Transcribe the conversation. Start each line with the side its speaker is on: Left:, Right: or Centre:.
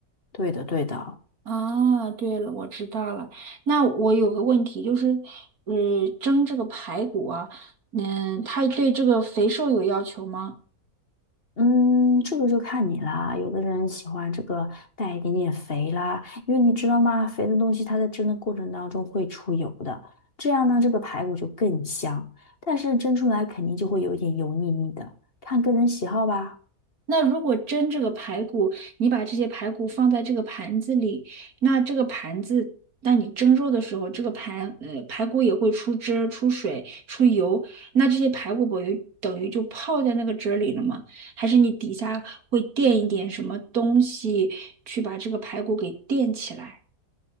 Left: 对的，对的。
Right: 啊，对了，我知道了。那我有个问题，就是，呃，蒸这个排骨啊，嗯，它对这个肥瘦有要求吗？
Left: 嗯，这个就看你啦。有的人喜欢这个带一点点肥啦，因为你知道吗？肥的东西它在蒸的过程当中会出油的，这样呢，这个排骨就更香。但是蒸出来肯定就会有一点油腻腻的，看个人喜好吧。
Right: 那如果蒸这个排骨，你把这些排骨放在这个盘子里，那这个盘子，那你蒸肉的时候，这个盘呃排骨也会出汁出水、出油，那这些排骨不就等于就泡在那个汁儿里了吗？还是你底下会垫一点什么东西去把这个排骨给垫起来？